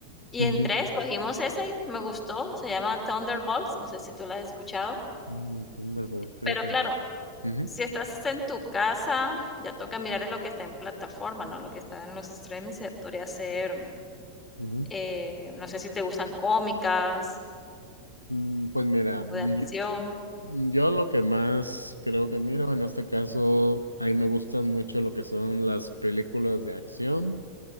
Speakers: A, on the left (about 15°); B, on the left (about 80°).
A: Y
B: Ujú.
A: entré, escogimos esa y me gustó. Se llama Thunderbolts, no sé si tú la has escuchado,
B: Mm, Thunderbolt, fíjate.
A: pero claro,
B: Ujú,
A: si estás en tu casa, ya toca mirar es lo que está en plataforma, ¿no? Lo que está en los streamings, se podría ser
B: ujú.
A: Eh, no sé si te gustan cómicas
B: Mm, Pues mira,
A: o
B: yo,
A: de acción.
B: yo lo que más creo que miro en este caso, a mí me gustan mucho lo que son las películas de acción,